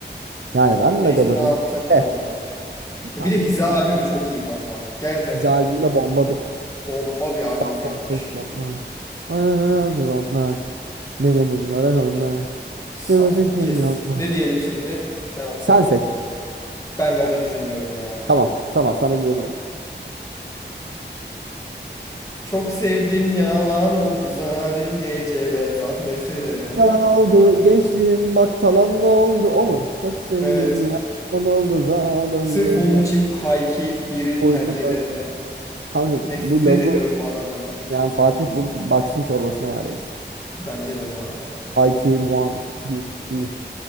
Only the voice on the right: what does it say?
Yani ben
de Gazapizm.
Eh
kanka
ben,
biz
albümü de bombadır.
Sol
kes
botlar. Anadır onlar. Beni bunlara onlar.
Bir bakış
geliyor
onlar.
Sen seç.
Tamam. Tamam sana güveniyorum.
Yalan
oldu
gençliğim bak talan da oldu o mu? Çok sevdim
ya. Yalan oldu zalim
gece.
Uykular.
Kanka
bu lavu
yani Fatih Bulut baksın çorbasına yarayız.
IQ 1. 1. İyi.